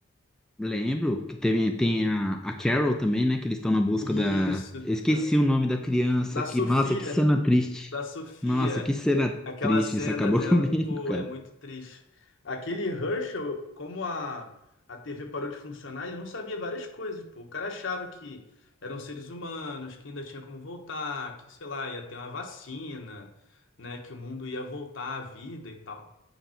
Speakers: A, in the centre; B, on the left (about 65°).
A: Lembro que teve, tem a, a Carol também, né? Que eles estão na busca
B: Isso,
A: da. Eu
B: que
A: esqueci
B: tá-
A: o nome da criança
B: da
A: que.
B: Sofia
A: Nossa, que cena triste.
B: da Sofia,
A: Nossa, que cena
B: aquela
A: triste.
B: cena
A: Isso acabou
B: dela,
A: <laughs> comigo,
B: pô,
A: cara.
B: é muito triste. Aquele Herschel, como a, a TV parou de funcionar, ele não sabia várias coisas, pô. O cara achava que eram seres humanos, que ainda tinha como voltar, que, sei lá, ia ter uma vacina, né, que o mundo ia voltar à vida e tal.